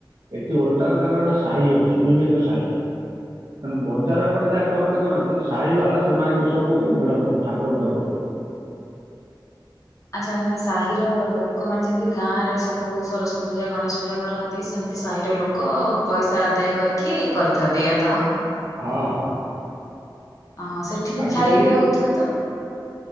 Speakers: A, on the right; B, on the left.
A: ଏଠି ଓଲ ଟାଉନରେ ତାଙ୍କର ଗୋଟେ ସାହି ଅଛି ବିଭିନ୍ନ ସାହି। ତେଣୁ ବଜାର ଓପରେ ଯାହା କରନ୍ତି କରନ୍ତି ସାହି ବାଲା ସେମାନେ ଯୋଉ ସବୁ ବଢ଼ିଆ କରୁ ଠାକୁର ବଢ଼ିଆ କରୁଚନ୍ତି।
B: ଆଚ୍ଛା ମାନେ ସାହିର ଲୋକମାନେ ଯେମତି ଗାଁରେ ସବୁ ସରସ୍ଵତୀ ପୂଜା ଗଣେଶ ପୂଜା କରନ୍ତି ସେମତି ସାହିର ଲୋକ ପଇସା ଆଦାୟ କରିକି କରିଥାନ୍ତି। ଏଇୟଆ ତ?
A: ହଁ ହଁ।
B: ଅଁ ହଁ ସେଠି ବି
A: ଆଜିକାଲି
B: ଖାଇବା ପିଇବା ହୋଉଥୁବେ ତ?